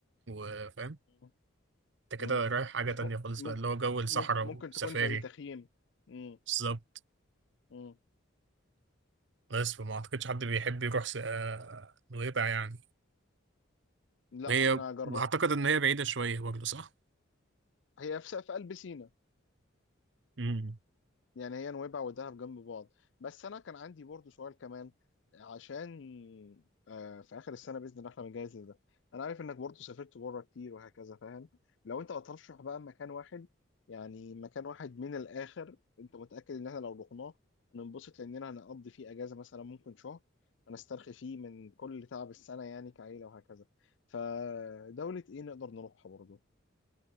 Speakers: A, on the right; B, on the left.
A: وفاهم
B: مم.
A: انت
B: مم.
A: كده رايح حاجة
B: يا
A: تانية
B: م-
A: خالص
B: ممكن
A: بقى اللي هو جو
B: ممكن
A: الصحراء
B: ممكن
A: وسفاري
B: تكون زي تخييم مم.
A: بالظبط
B: مم.
A: بس فما اعتقدش حد بيحب يروح س- آه، نويبع يعني
B: لا
A: وهي
B: احنا جر...
A: اعتقد ان هي بعيدة شوية برضه صح؟
B: هي في في قلب سينا
A: مم.
B: يعني هي نويبع ودهب جنب بعض بس انا كان عندي برضو سؤال كمان عشان آه، في اخر السنه باذن الله احنا بنجهز لده انا عارف انك برضو سافرت بره كتير وهكذا فاهم لو انت هترشح بقى مكان واحد يعني مكان واحد من الاخر انت متاكد ان احنا لو رحناه هننبسط لاننا هنقضي فيه اجازه مثلا ممكن شهر هنسترخي فيه من كل تعب السنه يعني كعيله وهكذا فدوله ايه نقدر نروحها برضو